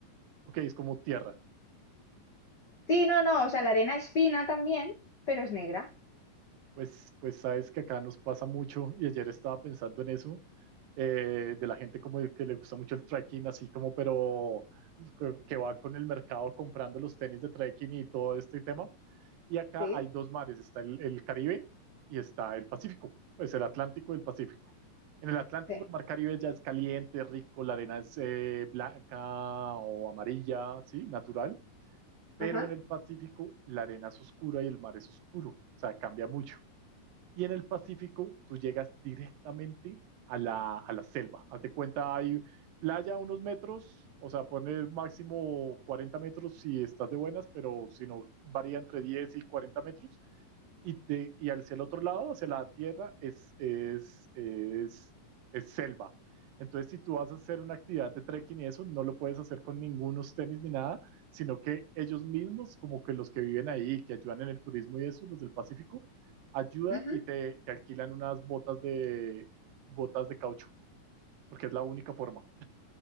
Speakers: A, on the right; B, on the left.
A: ok, es como tierra.
B: Sí, no, no, o sea, la arena es fina también, pero es negra.
A: Pues, pues sabes que acá nos pasa mucho y ayer estaba pensando en eso, eh, de la gente como que le gusta mucho el trekking, así como, pero que, que va con el mercado comprando los tenis de trekking y todo este tema. Y acá
B: Sí,
A: hay dos mares, está el, el Caribe y está el Pacífico, pues el Atlántico y el Pacífico. En el Atlántico,
B: sí.
A: el mar Caribe ya es caliente, rico, la arena es eh, blanca o amarilla, sí, natural, pero
B: Ajá.
A: en el Pacífico la arena es oscura y el mar es oscuro, o sea, cambia mucho. Y en el Pacífico tú llegas directamente a la, a la selva. Haz de cuenta, hay playa a unos metros, o sea, pones máximo 40 metros si estás de buenas, pero si no, varía entre 10 y 40 metros y, te, y hacia el otro lado, hacia la tierra, es, es, es, es selva. Entonces, si tú vas a hacer una actividad de trekking y eso, no lo puedes hacer con ningunos tenis ni nada, sino que ellos mismos, como que los que viven ahí, que ayudan en el turismo y eso, los del Pacífico, ayudan
B: ujú.
A: y te, te alquilan unas botas de, botas de caucho, porque es la única forma.